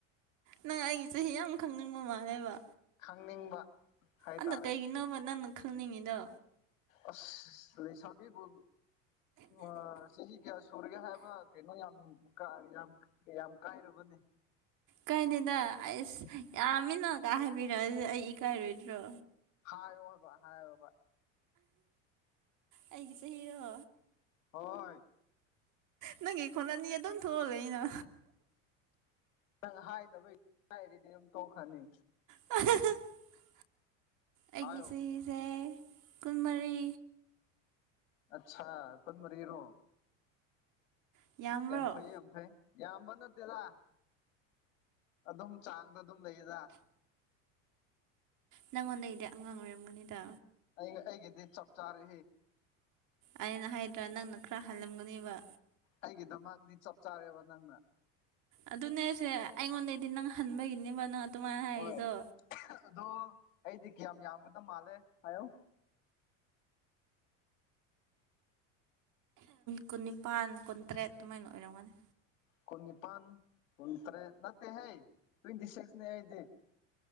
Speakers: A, on the right (about 50°); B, on the left (about 85°).
A: ꯅꯪ ꯑꯩꯒꯤ ꯆꯍꯤ ꯌꯥꯝ ꯈꯪꯅꯤꯡꯕ ꯃꯥꯜꯂꯦꯕ
B: ꯈꯪꯅꯤꯡꯕ ꯍꯥꯏꯇꯥꯔꯦ
A: ꯑꯗ ꯀꯩꯒꯤꯅꯣꯕ ꯅꯪꯅ ꯈꯪꯅꯤꯡꯉꯤꯗꯣ
B: ꯑ ꯂꯩꯁꯥꯕꯤꯣ ꯑ ꯁꯤ ꯀꯌꯥ ꯁꯨꯔꯌꯥ ꯍꯥꯏꯕ ꯀꯩꯅꯅꯣ ꯌꯥꯝ ꯀ ꯌꯥꯝ ꯌꯥꯝ ꯀꯥꯏꯔꯨꯕꯅꯤ
A: ꯀꯥꯏꯅꯤꯗ ꯑꯁ ꯌꯥꯝꯃꯤꯅꯇ ꯍꯥꯏꯕꯤꯔꯛꯑꯁꯦ ꯑꯩ ꯏꯀꯥꯏꯔꯨꯣꯏꯗ꯭ꯔꯣ
B: ꯍꯥꯏ ꯍꯥꯏꯕ ꯍꯥꯏꯕ
A: ꯑꯩꯒꯤ ꯆꯍꯤꯔꯣ
B: ꯍꯣꯏ
A: ꯅꯪꯒꯤ ꯈꯣꯂꯅꯤ ꯑꯗꯨꯝ ꯊꯣꯛ ꯂꯩꯅ
B: ꯅꯪ ꯍꯥꯏꯗꯕ ꯍꯥꯏꯔꯤꯗꯤ ꯑꯗꯨꯝ ꯇꯣꯛꯈꯅꯤ
A: <inaudible> ꯑꯩꯒꯤ
B: ꯍꯥꯏꯌꯣ
A: ꯆꯍꯤꯁꯦ ꯀꯨꯟꯃꯔꯤ
B: ꯑꯆꯥꯥ ꯈꯨꯗ ꯃꯖꯤꯔꯣ
A: ꯌꯥꯝꯕ꯭ꯔꯣ
B: ꯌꯦ ꯐꯩ ꯌꯥꯝꯐꯩ ꯌꯥꯝꯝꯕꯟꯠꯇꯦꯂ ꯑꯗꯨꯝ ꯆꯥꯡꯗ ꯑꯗꯨꯝ ꯂꯩꯌꯦꯖꯥ
A: ꯅꯪꯉꯣꯟꯗꯩꯗꯤ ꯑꯉꯥꯡ ꯑꯣꯏꯔꯝꯒꯅꯤꯗ
B: ꯑꯩꯒꯤꯗꯤ ꯆꯞ ꯆꯥꯔ
A: ꯑꯩꯅ ꯍꯥꯏꯗ꯭ꯔꯥ ꯅꯪꯅ ꯈꯔ ꯍꯥꯜꯂꯝꯒꯅꯦꯕ
B: ꯑꯩꯒꯤꯗꯃꯗꯤ ꯆꯞ ꯆꯥꯔꯦꯕ ꯅꯪꯅ
A: ꯑꯗꯨꯅꯦꯁꯦ ꯑꯩꯉꯣꯟꯗꯩꯗꯤ ꯅꯪ ꯍꯟꯕꯒꯤꯅꯦꯕ ꯅꯪ ꯑꯗꯨꯃꯥꯏꯅ ꯍꯥꯏꯔꯤꯗꯣ
B: ꯍꯣꯏ ꯑꯗꯣ ꯑꯩꯗꯤ ꯀꯌꯥꯝ ꯌꯥꯝꯒꯗ ꯃꯥꯜꯂꯦ ꯍꯥꯏꯌꯣ
A: ꯀꯨꯟꯅꯤꯄꯥꯜ ꯀꯨꯟꯇꯔꯦꯠ ꯑꯗꯨꯃꯥꯏꯅ ꯑꯣꯏꯔꯝꯒꯅꯤ
B: ꯀꯨꯟꯅꯤꯄꯥꯟ ꯀꯨꯟ ꯇꯔꯦꯠ ꯅꯠꯇꯦ ꯍꯦ ꯇ꯭ꯋꯦꯟꯇꯤ ꯁꯤꯛꯁꯅꯦ ꯍꯥꯏꯗꯤ <inaudible>